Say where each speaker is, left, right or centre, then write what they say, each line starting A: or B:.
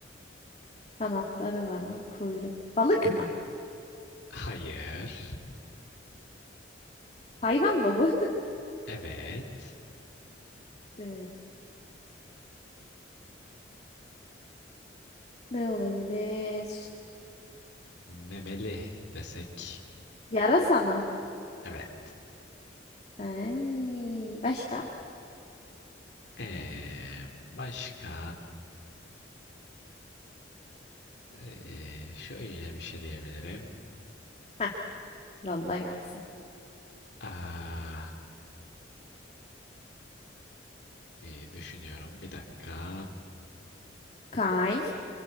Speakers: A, on the left (about 35°); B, on the left (about 60°).
A: Kanatları var ama kuyruğu. Balık mı?
B: Hayır.
A: Hayvan mı bu? <laughs>
B: Evet.
A: Ee, ne olabilir?
B: Memeli desek.
A: Yarasa mı?
B: Evet.
A: Ay, başka?
B: Ee, başka? Ee, şöyle bir şey diyebilirim.
A: Heh, yolla gelsin.
B: Ah, iyi düşünüyorum. Bir dakika.
A: Kay,